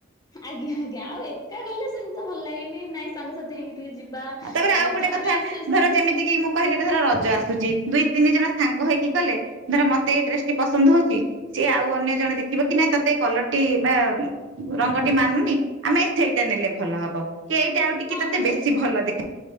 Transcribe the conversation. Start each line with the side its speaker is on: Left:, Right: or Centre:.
Left: ଆଜ୍ଞା ଆଜ୍ଞା। ଆଉ ଏକା ଗଲେ ସେମିତି ତ ଭଲ ଲାଗେନି, ନାଇଁ ସାଙ୍ଗସାଥି ହେଇକି ଟିକେ ଯିବା
Right: ହଁ ତାପରେ ଆଉ ଗୋଟେ
Left: ଯାହାବି
Right: କଥା,
Left: ସେ
Right: ଧର ଯେମିତି କିି, ମୁଁ କହିଲେ ବି ଧର ରଜ ଆସୁଛି, ଦୁଇ ତିନି ଜଣ ସାଙ୍ଗ ହେଇକି ଗଲେ, ଧର ମତେ ଏଇ ଡ୍ରେସ ଟି ପସନ୍ଦ ହୋଉଛି ସିଏ ଆଉ ଅନ୍ୟ ଜଣେ ଦେଖିବ କି, ନାଇଁ ତତେ ଏଇ କଲର୍ ଟି ବା ରଙ୍ଗଟି ମାନୁନି, ଆମେ ସେଇଟା ନେଲେ ଭଲ ହବ। କି ଏଇଟା ଆଉ ଟିକେ
Left: ହଁ
Right: ତତେ
Left: ତାପରେ
Right: ବେଶୀ ଭଲ ଦେଖ